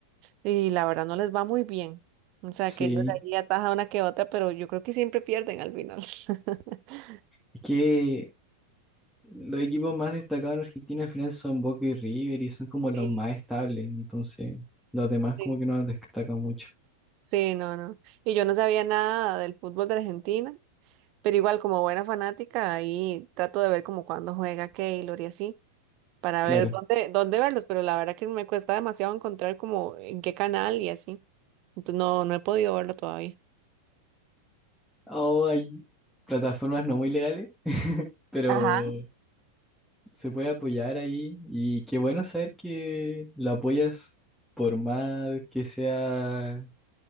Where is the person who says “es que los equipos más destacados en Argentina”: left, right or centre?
Centre